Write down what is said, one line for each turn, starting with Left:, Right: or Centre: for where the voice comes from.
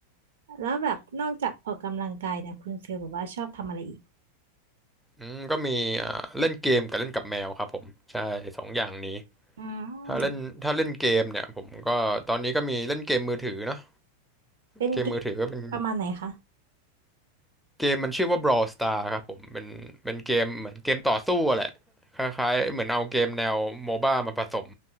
Right: แล้วแบบนอกจากออกกำลังกายเนี่ยคุณฟิลแบบว่าชอบทำอะไรอีก
Centre: อืมก็มีอ่าเล่นเกมกับเล่นกับแมวครับผมใช่สองอย่างนี้
Right: อืม
Centre: ถ้าเล่นถ้าเล่นเกมเนี่ยผมก็ตอนนี้ก็มีเล่นเกมมือถือเนาะ
Right: เป็นเกม
Centre: เกมมือถือก็เป็น
Right: ประมาณไหนคะ
Centre: เกมมันชื่อว่า Brawl Star ครับผมเป็นเป็นเกมเหมือนเกมต่อสู้อะแหละคล้ายๆเหมือนเอาเกมแนวโมบ้ามาผสม